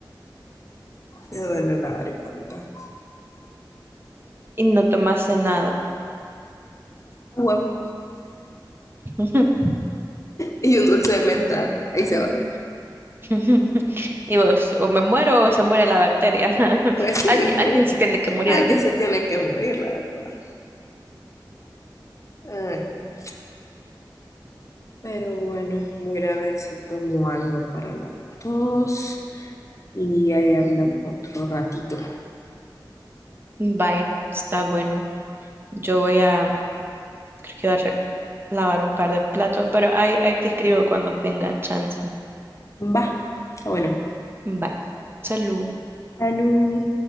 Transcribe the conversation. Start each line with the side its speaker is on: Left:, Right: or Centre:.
Left: me duele la garganta.
Right: Y no tomaste nada.
Left: Agua
Right: <laughs>
Left: y un dulce de menta. Ahí se va.
Right: <laughs> Y vos, o me muero o se muere la bacteria. <laughs>
Left: Pues sí,
Right: Alguien, alguien
Left: un-
Right: se tiene que morir
Left: alguien
Right: aquí.
Left: se tiene que morir, la verdad. Ay, pero bueno, voy a ir a ver si tomo algo para la tos y ahí hablamos otro ratito.
Right: Bye, está bueno. Yo voy a, creo que voy a re- lavar un par de platos, pero ahí, ahí te escribo cuando tenga chance.
Left: Va. Ah, Bueno,
Right: Bye. Salud.
Left: salud.